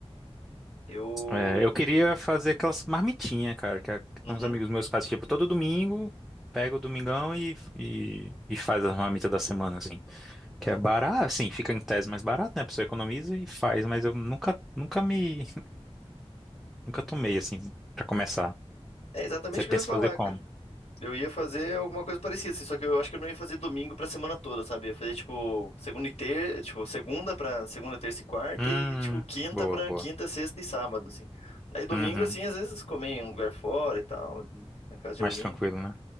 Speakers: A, on the left (about 80°); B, in the centre.
A: Eu,
B: É, eu queria fazer aquelas marmitinhas, cara, que, a- que
A: uhum.
B: tem uns amigos meus que fazem, tipo, todo domingo, pega o domingão e, e, e faz as marmitas da semana, assim. Que é barato, assim, fica em tese mais barato, né? A pessoa economiza e faz, mas eu nunca, nunca me, <laughs> nunca tomei, assim, pra começar.
A: É exatamente
B: Você
A: o
B: pensa
A: que eu ia falar,
B: em fazer como?
A: cara. Eu ia fazer alguma coisa parecida, assim, só que eu acho que eu não ia fazer domingo pra semana toda, sabe? Ia fazer, tipo, segunda e ter... tipo, segunda pra segunda, terça e quarta
B: Hum,
A: e, tipo, quinta
B: boa,
A: pra
B: boa.
A: quinta, sexta e sábado, assim. Aí domingo,
B: Uhum,
A: assim, às vezes comer em um lugar fora e tal, na casa de
B: mais
A: alguém.
B: tranquilo, né?